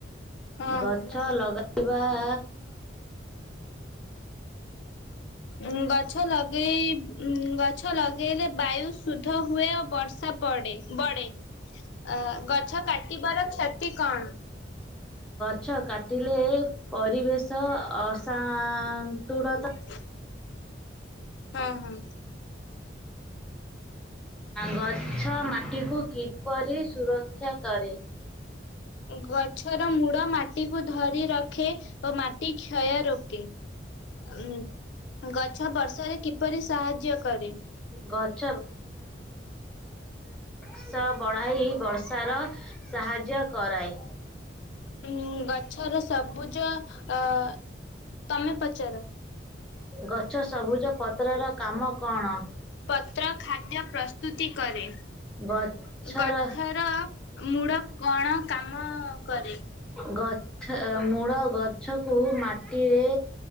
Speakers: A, on the left; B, in the centre.
A: ହଁ
B: ଗଛ
A: ହଁ।
B: ଲଗେଇବା <inaudible>
A: ଗଛ ଗଛ ଲଗେଇ ଗଛ ଲଗେଇଲେ ବାୟୁ ଧ ହୁଏ ଓ ବର୍ଷା ପଡେ ବଢେ ଅ ଗଛ କାଟିବାର କ୍ଷତି କଣ
B: ଗଛ କାଟିଲେ ପରିବେଶ ଅଶନ୍ତୁଳ
A: ହ ହଁ ହୁଁ
B: ଗଛ ମାଟିକୁ କିପରି ସୁରକ୍ଷା କରେ
A: ଗଛର ମୂଡ ମାଟି କୁ ଧରି ରଖେ ଓ ମାଟି କ୍ଷୟ ରୋକେ ଉ ଗଛ ବର୍ଷାରେ କିପରି ସାହାଯ୍ୟ କରେ
B: ଗଛ ସ ବଢାଇ ବର୍ଷାର ସାହାଯ୍ୟ କରଏ
A: ଉ ଗଛର ସବୁଜ ଅ ତମେ ପଚାର
B: ଗଛ ସବୁଜ ପତ୍ରର କାମ କଣ?
A: ପତ୍ର ଖାଦ୍ୟ ପ୍ରସ୍ତୁତି କରେ
B: ଗଛର
A: ଗଛର ମୂଳ କଣ? କାମ କରେ?
B: ଗଛ ମୂଳ ଗଛକୁ ମାଟିରେ